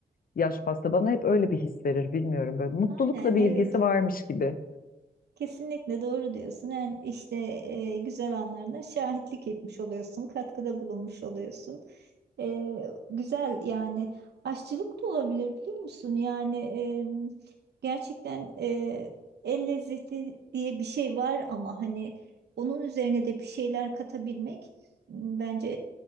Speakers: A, on the left; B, on the right.
A: yaş pasta. Bana hep öyle bir his verir bilmiyorum böyle mutlulukla
B: Aynen
A: bir
B: evet.
A: ilgisi varmış gibi.
B: Kesinlikle doğru diyorsun. Yani işte e, güzel anlarına şahitlik etmiş oluyorsun, katkıda bulunmuş oluyorsun. E, güzel yani aşçılık da olabilir biliyor musun? Yani e, gerçekten e, el lezzeti diye bir şey var ama hani onun üzerine de bir şeyler katabilmek m, bence